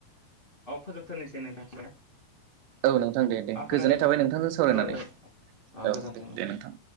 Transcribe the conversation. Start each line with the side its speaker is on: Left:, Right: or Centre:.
Left: अ फोजोबथ'नोसै नोंथां
Right: औ नोंथां दे दे
Left: अ खोनादों
Right: गोजोननाय थाबाय नोंथांजों
Left: नोंथां
Right: सावरायनानै
Left: अ गोजोन्थों
Right: औ दे दे नोंथां।